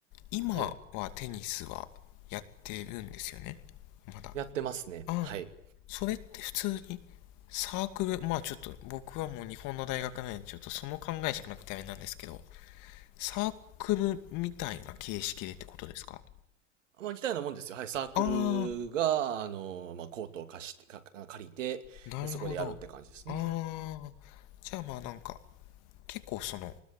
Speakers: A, on the left; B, on the right.
A: 今はテニスはやってるんですよね
B: <laughs> はい。
A: まだ。
B: やってますね。
A: あ、
B: はい。
A: それって普通にサークル、まあちょっと僕はもう日本の大学なんでちょっとその考えしかなくてあれなんですけど、サークルみたいな形式でってことですか
B: まあ、似たようなもんですよ。はい、サークルが、
A: ああ、
B: あの、まあ、コートを貸して、か借りて、
A: なるほど。
B: でそこでやるって感じですね。
A: ああ、じゃあまあなんか、結構その、